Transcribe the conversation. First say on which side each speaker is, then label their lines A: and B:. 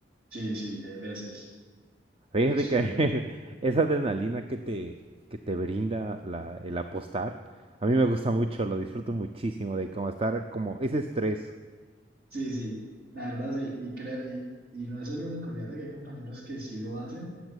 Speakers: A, on the right; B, on the right.
A: Sí, sí, hay veces.
B: Fíjate
A: Pues,
B: que
A: pues,
B: <laughs> esa adrenalina que te, que te brinda la- el apostar, a mí me gusta mucho, lo disfruto muchísimo de como estar como ese estrés.
A: sí, sí, la verdad sí, y creo, y, y no es el único, fíjate que hay compañeros que sí lo hacen